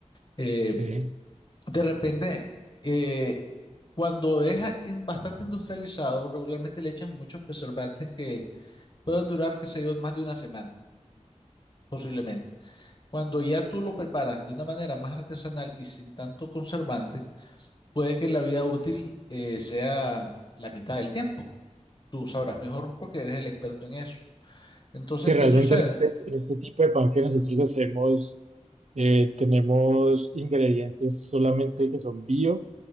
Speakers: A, on the left; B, on the right.
A: Eh,
B: Sí.
A: De repente, eh, cuando es a- en- bastante industrializado, regularmente le echan muchos preservantes que pueden durar, qué sé yo, más de una semana, posiblemente. Cuando ya tú lo preparas de una manera más artesanal y sin tanto conservante, puede que la vida útil eh, sea la mitad del tiempo. Tú sabrás mejor porque eres el experto en eso. Entonces,
B: Sí,
A: ¿qué
B: realmente
A: sucede?
B: en este, en este tipo de pan que nosotros hacemos, eh, tenemos ingredientes solamente que son bio